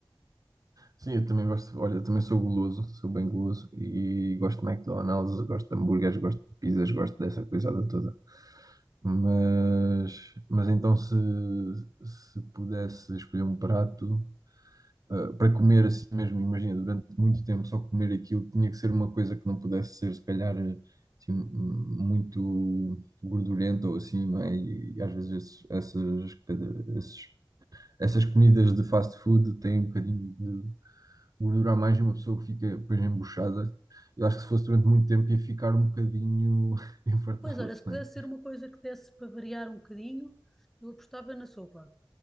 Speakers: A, on the right; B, in the centre.
A: Sim, eu também gosto, olha, eu também sou guloso, sou bem guloso e gosto de McDonald's, gosto de hambúrgueres, gosto de pizzas, gosto dessa coisada toda. Mas, mas então se, se pudesse escolher um prato, ah, para comer assim mesmo, imagina, durante muito tempo só comer aquilo, tinha que ser uma coisa que não pudesse ser, se calhar, assim, muito gordurenta ou assim, não é? E, e às vezes esses- essas, cada- esses- essas comidas de fast food têm um bocadinho gordura a mais e uma pessoa que fica depois embuchada. Eu acho que se fosse durante muito tempo ia ficar um bocadinho <laughs> infartada
B: Pois, ora se
A: também.
B: pudesse ser uma coisa que desse para variar um bocadinho, eu apostava na sopa.